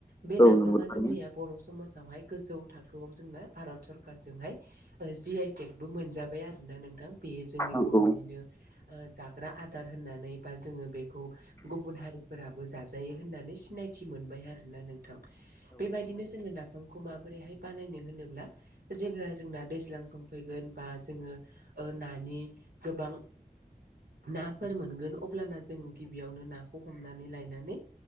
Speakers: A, on the right; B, on the left.
A: बे
B: औ
A: नाफामा
B: नंगौ थारैनो
A: जोंनिया बर' समाजावहाय गोजौ थाखोआव जोंना भारत सरखारजोंहाय जि आइटेक बो मोनजाबाय आरोना नों बेयो जोंनि
B: औ
A: बर'निनो
B: औ
A: जाग्रा आदार होननानै। बा जोङो बेखौ गुबुन हारिफोराबो जाजायो होननानै सिनायथि मोनबाय आरोना नों थां बेबायदिनो जोङो दाफांखौ माबोरैहाय बानायनो होनोब्ला जेब्ला जोंना दैज्लां सम फैगोन बा जोङो ओ नानि गोबां नाफोर मोनगोन अब्लाना जों गिबियावनो ना हमनानै लायनानै